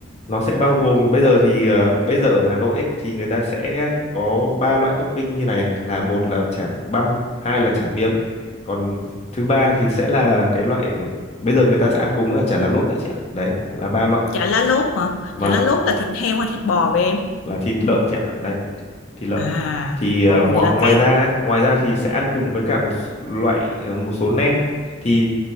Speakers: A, on the left; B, on the left.
A: nó sẽ bao gồm bây giờ thì ờ, bây giờ ở Hà Nội ấy, thì người ta sẽ có ba loại topping như này là một là chả băm hai là chả miếng còn thứ ba thì sẽ là cái loại bây giờ người ta sẽ ăn cùng với cả chả lá lốt nữa chị ạ đấy là ba loại
B: chả lá lốt hả
A: vâng
B: chả lá lốt là thịt heo hay thịt bò vậy em
A: là thịt lợn chị ạ đấy thịt lợn
B: à
A: thì ờ,
B: ồ
A: ngoài
B: vậy là
A: ngoài
B: cái
A: ra ngoài ra thì sẽ ăn cùng với cả một s- loại ờ, một số nem thì